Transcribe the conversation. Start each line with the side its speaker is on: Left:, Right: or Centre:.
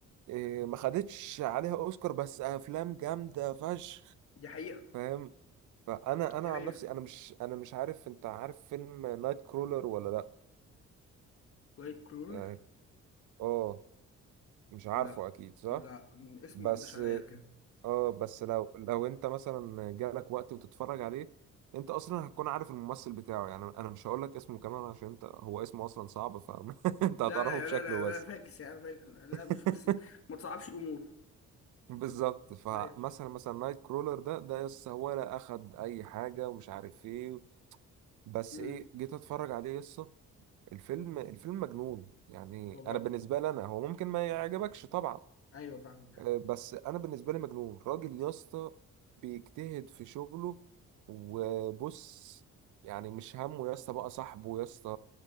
Right: إيه ما خدتش عليها اوسكار بس افلام جامدة فشخ
Left: دي حقيقه
Right: فاهم فانا انا
Left: دي حقيقه
Right: عن نفسي انا مش انا مش عارف انت عارف فيلم نايت كرولر ولا لا
Left: وايت كلور
Right: يعني اه مش عارفه
Left: لا
Right: اكيد صح
Left: لا م- اسمه
Right: بس
Left: ما عداش عليا بكده
Right: اه بس لو لو انت مثلا جالك وقت وتتفرج عليه انت اصلا هتكون عارف الممثل بتاعه يعني انا مش هقول لك اسمه كمان عشان انت هو اسمه اصلا صعب فانت
Left: لا
Right: <laughs> هتعرفه
Left: لا
Right: بشكله
Left: لا لا
Right: بس
Left: لا فاكس يا عم، فاكس لا
Right: <laughs>
Left: مش مش ما تصعبش الامور
Right: بالظبط فمثلا
Left: ايوه
Right: مثلا نايت كرولر ده ده يسا ولا اخد اي حاجه ومش عارف ايه بس
Left: امم
Right: ايه جيت اتفرج عليه يسا الفيلم الفيلم مجنون يعني
Left: والله
Right: انا بالنسبه لي انا هو ممكن ما يعجبكش طبعا
Left: ايوه فاهمك ايوه
Right: آه، بس انا بالنسبه لي مجنون راجل يا اسطى بيجتهد في شغله وبص يعني مش همه يا اسطى بقى صاحبه يا اسطى